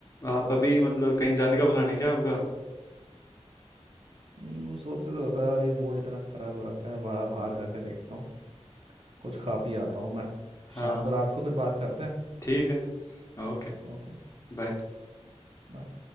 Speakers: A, on the left; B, on the right.
A: आप अभी मतलब कहीं जाने का प्लान है क्या आपका
B: हम्म, सोचा तो था अभी मूड इतना खराब हो रखा है बड़ा बाहर जाके देखता हूँ कुछ खा पी आता हूँ मैं
A: हाँ
B: शाम को रात को फिर बात करते हैं
A: ठीक है ओके
B: ओके
A: बाय
B: बाय